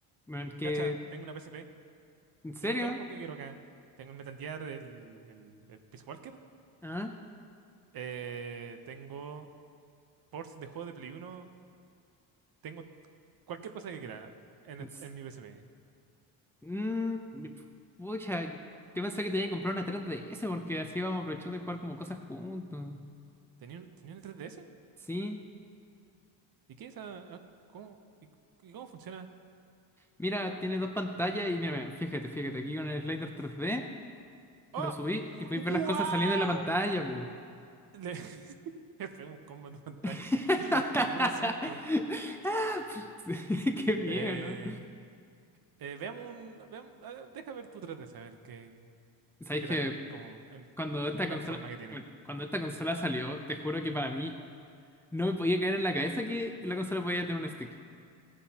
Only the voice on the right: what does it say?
Cacha, tengo una PSP,
tengo todos los juegos que quiero acá. Tengo el Metal Gear, el, el, el Peace Walker,
eh, tengo ports de juegos de Play Uno, tengo cualquier cosa que quiera en,
est-
en mi PSP.
¿Tenía un, tenía un 3DS?
¿Y qué es esa? ah, ¿Cómo? ¿Y, y cómo funciona?
¡Oh!
¡Wow!
Le, <laughs> le pego un combo en pantalla
<laughs> de puro susto.
Eh,
eh, veamos un... veamos, eh, deja ver tu 3DS, a ver qué,
qué
tal es, como, en-
la
forma que tiene.